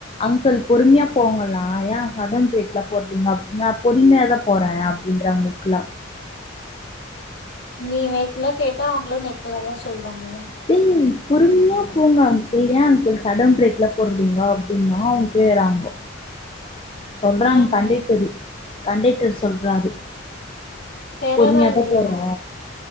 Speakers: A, on the left; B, on the left.
A: அங்குள் பொறுமையா போங்கலே ஏ சடன் ப்ரேக்லா போட்றீங்க அப்டின்னா பொறிமையா தா போறே அப் அப்டின்றாங்க நெக்லா
B: நீ நெக்கல கேட்டா அவங்களு நெக்லாதா சொல்வாங்க
A: டேய் பொறுமையா போங்க அங்குள் ஏ அங்குள் சடன் பிரேக்ல போட்றீங்கோ அப்டின்னா அவங் கேக்கறாங்கோ சொல்றாங்க
B: என்னான்னு
A: கண்டைட்டரு கண்டைட்டர் சொல்றாரு
B: டெரரா
A: பொறுமையாதா
B: இல்லையா
A: போறோ